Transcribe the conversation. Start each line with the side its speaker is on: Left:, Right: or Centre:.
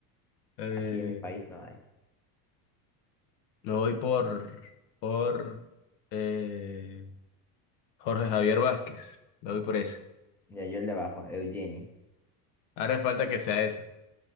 Left: Eh,
Centre: Aquí en mi país no hay.
Left: me voy por, por eh, Jorge Javier Vázquez. Me voy por esa.
Centre: Ya, yo el de abajo, Eugeni.
Left: Ahora falta que sea esa.